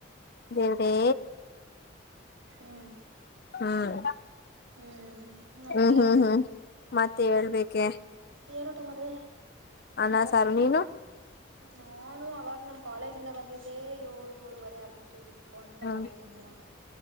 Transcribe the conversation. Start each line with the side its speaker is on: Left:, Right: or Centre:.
Left: ದೇವಡೇ
Right: ಹ್ಮ್
Left: ಹ್ಮ್
Right: ಹ್ಮ್ ಮತ್ಲೆ
Left: ಹ್ಮ್ ಹ್ಮ್ ಹ್ಮ್ ಮತ್ತೆ ಹೇಳ್ಬೇಕೆ
Right: ಏರ ಉಟ ಮಾಡ್ರ
Left: ಅನ ಸಾರು ನೀನು
Right: ನಾನು ಅವಾಗ ನಾ ಕಾಲೇಜ ಇಂದ ಬಂದಿದ್ದೆ ಏಳು ಏಳುವರೆ ಆಗಿತ್ತು ಒಂದ
Left: ಹ್ಮ್
Right: ಅವಾಗೆ ತಿಂದೆ ನಾನು